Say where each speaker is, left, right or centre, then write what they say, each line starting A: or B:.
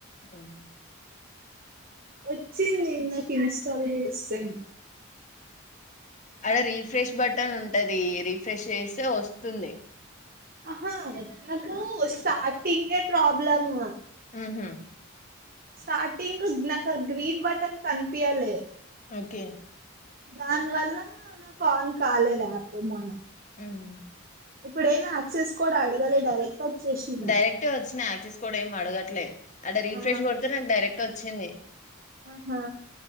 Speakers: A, on the left; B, on the right.
A: ఉమ్.
B: వచ్చి నే నాకు ఇన్స్టాల్ చేస్తాను
A: అడ రీఫ్రెష్ బటన్ ఉంటది రిఫ్రెష్ చేస్తే వస్తుంది
B: హా నాకు స్టార్టింగ్ ప్రాబ్లమ్
A: ఆహ
B: స్టార్టింగ్ నాకు గ్రీన్ బటన్ కనిపియాలే
A: ఓకే
B: దాని వల్ల నాకు ఆన్ కాలేదు యాప్ మొన్న
A: మ్మ్
B: ఇప్పుడ ఏమమి క్సెస్ కోడ్ ఆడగాలి డైరెక్ట్ వచ్చేసింది
A: డైరెక్టే వచ్చినా యాక్సిస్ కూడా ఏమి అడగట్లే అదే రీఫ్రెష్
B: ఆ
A: కొడితే నాకు డైరెక్ట్ వచ్చింది
B: ఆహా